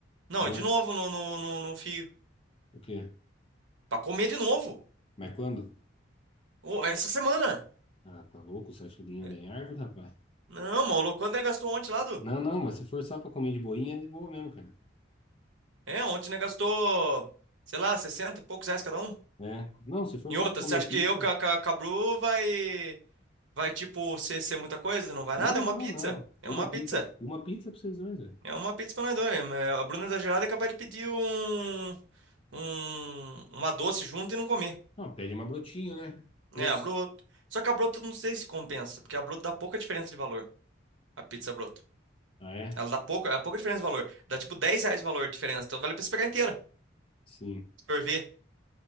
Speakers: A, on the right; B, on the left.
A: Não,
B: Não
A: de
B: é
A: novo no, no, no, no fio.
B: o quê?
A: Pra comer de novo.
B: Mas quando?
A: Ô, essa semana.
B: Ah, tá louco? Você acha que dinheiro
A: É,
B: dá em árvore, rapaz?
A: Não, maluco, quanto ele gastou ontem lá, do?
B: Não, não, mas se for só pra comer de boinha, é de boa mesmo, cara.
A: É, ontem ele gastou, sei lá, 60 e poucos reais cada um.
B: É. Não, se for
A: Em
B: só
A: outra,
B: pra comer
A: você acha
B: pizza.
A: que eu com a, com a- com a Bru vai, vai, tipo, ser, ser muita coisa? Não vai
B: Não,
A: nada, é uma
B: não,
A: pizza.
B: não.
A: É
B: Uma
A: uma pizza.
B: pizza, uma pizza pra vocês dois, velho.
A: É uma pizza pra nós dois. É, é, A Bruna é exagerada é capaz de pedir um, um, uma doce junto e não comer.
B: Não, pede uma brotinho, né? Doce.
A: É, a broto. Só que a broto não sei se compensa, porque a broto dá pouca diferença de valor. A pizza broto.
B: Ah, é?
A: Ela dá pouca, é pouca diferença de valor. Dá tipo 10 reais de valor de diferença, então vale a pena você pegar inteira.
B: Sim.
A: por ver,